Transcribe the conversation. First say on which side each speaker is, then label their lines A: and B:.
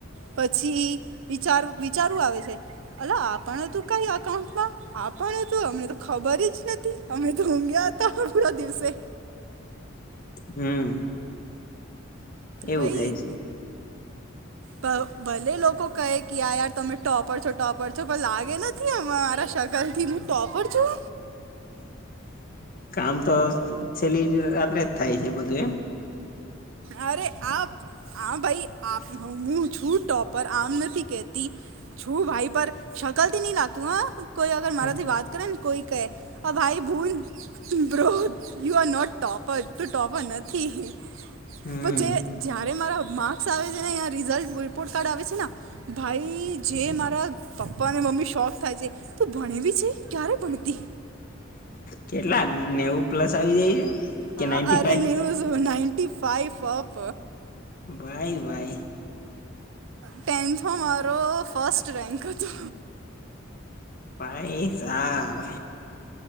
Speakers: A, on the right; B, on the left.
A: પછી વિચાર વિચારવું આવે છે અલા આપણ હતું કઈ અકાઉન્ટમાં આપણે તો અમને તો ખબર જ નથી અમે તો ઊંઘ્યા હતા પણ પૂરા દિવસે
B: હમ. એવું
A: વહી.
B: થાય છે
A: ભલે લોકો કહે કે યાર યાર તમે ટોપર છો ટોપર છો પણ લાગે ન ત્યાં મારા શકલ થી હું ટોપર છું.
B: કામ તો છેલ્લી રાત્રે જ થાય છે બધું એમ
A: અરે આપ હા ભાઈ આપ હું છું ટોપર આમ નથી કેતી. છું ભાઈ પર શકલ થી નહી લાગતું હ કોઈ અગર
B: એમ
A: મારાથી વાત કરે ને કોઈ કહે ભાઈ ભૂલ bro you are not topper તુ ટોપર નથી. ઠી હ
B: હમ
A: પણ જે જ્યારે મારા માર્ક્સ આવે છે નેહીં રિઝલ્ટ રિપોર્ટ કાર્ડ આવે છે ને ભાઈ જે મારા પપ્પા અને મમ્મી શોક થાય છે. તું ભણે બી છે ક્યારે ભણતી
B: કેટલા નેવું પ્લસ આવી જાય છે. કે
A: હ
B: નાઈન્ટી
A: અરે
B: ફાઈવ
A: ન્યુઝ નઇન્ટ ફાઈફ અપ.
B: ભાઈ ભાઈ.
A: ટેન્થમાં મારો ફર્સ્ટ રેન્ક હતો
B: ભાઈ સા